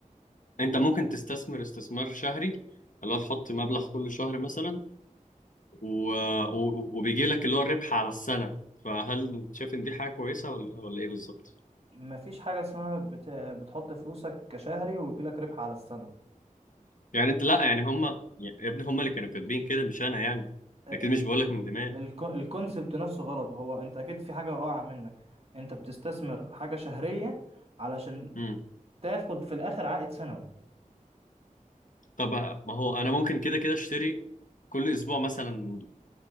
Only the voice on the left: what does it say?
انت ممكن تستثمر استثمار شهري اللي هو تحط مبلغ كل شهر مثلا و... و... وبيجي لك اللي هو الربح على السنة فهل شايف ان دي حاجة كويسة ولا ولا ايه بالظبط؟
يعني انت لا يعني هم يا ابني هم اللي كانوا كاتبين كده مش انا يعني
اكيد مش بقول لك من دماغي
امم
طب ما هو انا ممكن كده كده اشتري كل اسبوع مثلا